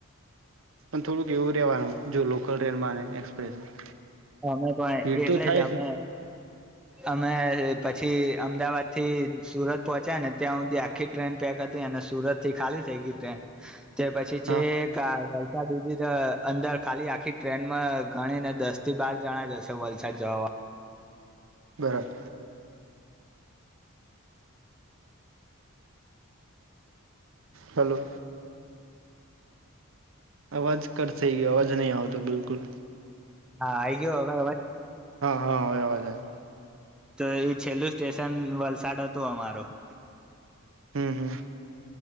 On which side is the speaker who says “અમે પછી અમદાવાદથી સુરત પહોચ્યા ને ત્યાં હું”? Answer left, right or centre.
Centre